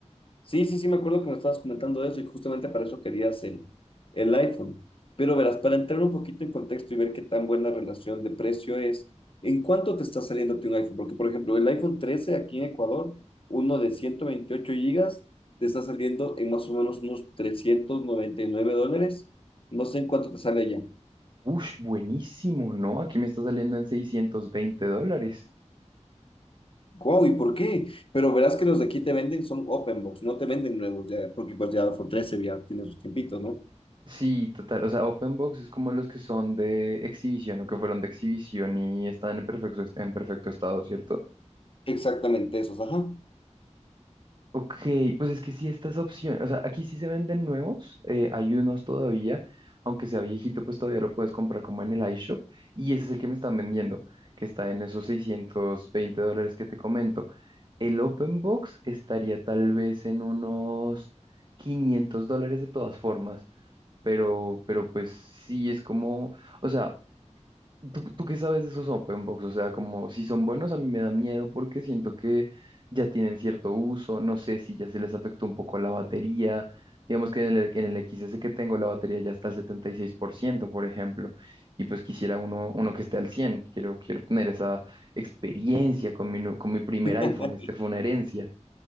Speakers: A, on the left (about 45°); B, on the right (about 40°).
A: Sí, sí, sí, me acuerdo que me estabas comentando eso y justamente para eso querías el, el iPhone. Pero verás, para entrar un poquito en contexto y ver qué tan buena relación de precio es, ¿en cuánto te está saliendo a ti un iPhone? Porque, por ejemplo, el iPhone 13 aquí en Ecuador, uno de 128 gigas, te está saliendo en más o menos unos 399 dólares. No sé en cuánto te sale allá.
B: Ush, buenísimo, ¿no? Aquí me está saliendo en 620 dólares.
A: ¡Wow! ¿Y por qué? Pero verás que los de aquí te venden son open box, no te venden nuevos ya, porque pues ya iPhone 13 ya tiene sus tiempitos, ¿no?
B: Sí, total. O sea, open box es como los que son de exhibición o que fueron de exhibición y están en perfecto, en perfecto estado, ¿cierto?
A: Exactamente esos, ajá.
B: Ok, pues es que sí, estas opciones, o sea, aquí sí se venden nuevos, eh, hay unos todavía, aunque sea viejito, pues todavía lo puedes comprar como en el iShop, y ese es el que me están vendiendo, que está en esos 620 dólares que te comento. El Open Box estaría tal vez en unos 500 dólares de todas formas, pero, pero pues sí es como, o sea, ¿Tú, tú qué sabes de esos open box? O sea, como si son buenos, a mí me da miedo porque siento que ya tienen cierto uso. No sé si ya se les afectó un poco la batería. Digamos que en el, en el XS que tengo la batería ya está al 76%, por ciento por ejemplo. Y pues quisiera uno, uno que esté al 100. Quiero, quiero tener esa experiencia con mi, nu- con mi primer
A: <laughs>
B: iPhone. Este fue una herencia.